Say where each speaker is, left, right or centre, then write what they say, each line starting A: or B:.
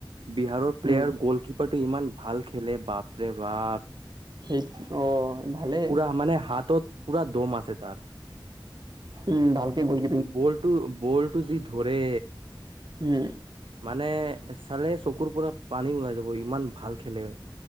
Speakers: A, on the right (about 80°); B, on the right (about 55°).
A: বিহাৰৰ প্লেয়াৰ
B: উম
A: গ'লকিপাৰটো ইমান ভাল খেলে বাপৰে বাপ।
B: সেই অ ভালেই
A: পুৰা মানে হাতত পুৰা দ'ম আছে তাৰ।
B: উম, ভালকে গ'ল
A: বলটো বলটো যি ধৰে।
B: হুম।
A: মানে চালে চকুৰ পৰা পানী ওলাই যাব ইমান ভাল খেলে